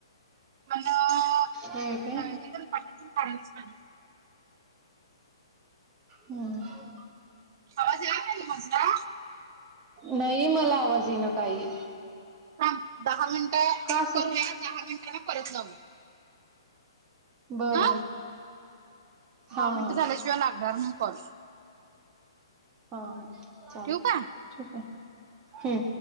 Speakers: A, on the right (about 45°); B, on the right (about 25°).
A: मण हे
B: होय काय
A: तर बाकीच काढायला पाहिजे.
B: हम्म
A: आवाज यायला तुम्हासना
B: नाही मला आवाज येइनां काही,
A: थांब दहा मिनिटं
B: का
A: कट
B: असं
A: करूया. दहा मिनिटांना परत लावूया.
B: बरं
A: हा. दहा
B: हा
A: मिनट
B: हा
A: झाल्याशिवाय लागणार नाही कॉल.
B: हा हा चालते
A: ठेवू का?
B: मग हम्, ठीक आहे.